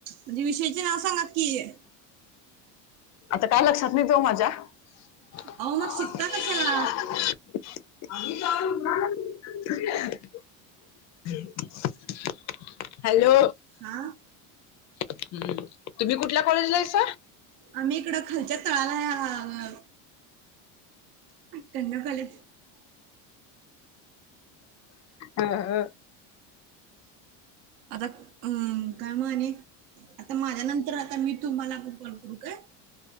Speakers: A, on the right; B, on the left.
A: म्हणजे विषयचे नाव सांगा. की.
B: आता काय लक्षात नाही हो माझ्या. <inaudible> <unintelligible>
A: अहो मग शिकता कशाला
B: <unintelligible> हॅलो.
A: हा
B: हम्म तुम्ही कुठल्या कॉलेजला आहेस?
A: आम्ही इकड खालच्यात तळाला या कन्या काँले
B: हा हा. <unintelligible>
A: आता हम् काय मग आणी? आता माझ्या नंतर आता मी तुम्हाला कॉल करू काय?